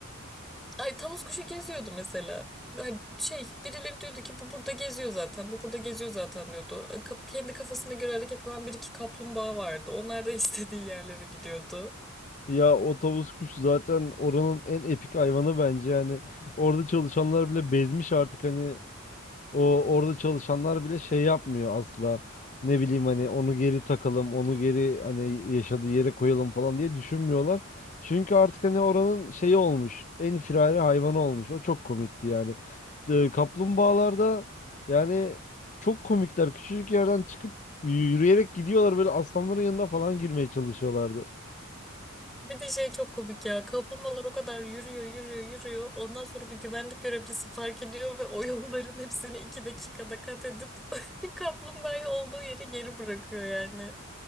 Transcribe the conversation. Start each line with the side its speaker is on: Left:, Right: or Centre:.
Centre: Ay tavus kuşu geziyordu mesela. Hani şey birileri diyordu ki bu burada geziyor zaten bu burada geziyor zaten diyordu. Ka- Kendi kafasına göre hareket eden bir iki kaplumbağa vardı. Onlar da <laughs> istediği yerlere gidiyordu.
Left: Ya o tavus kuşu zaten oranın en epik hayvanı bence yani orada çalışanlar bile bezmiş artık hani O orada çalışanlar bile şey yapmıyor asla. Ne bileyim hani onu geri takalım, onu geri hani yaşadığı yere koyalım falan diye düşünmüyorlar. Çünkü artık hani oranın şeyi olmuş. En firari hayvanı olmuş. O çok komikti yani. De, kaplumbağalarda yani çok komikler. Küçücük yerden çıkıp y- yürüyerek gidiyorlar böyle aslanların yanına falan girmeye çalışıyorlardı.
Centre: Bir de şey çok komik ya. Kaplumbağalar o kadar yürüyor, yürüyor, yürüyor. Ondan sonra bir güvenlik görevlisi fark ediyor ve o yolların hepsini iki dakikada kat edip <laughs> kaplumbağayı olduğu yere geri bırakıyor yani.